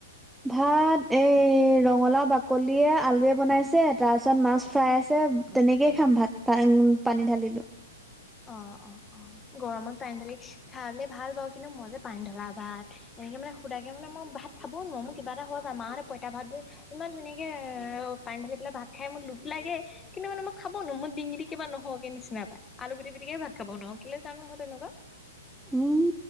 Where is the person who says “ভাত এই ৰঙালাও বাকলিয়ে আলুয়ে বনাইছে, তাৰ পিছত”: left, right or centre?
Centre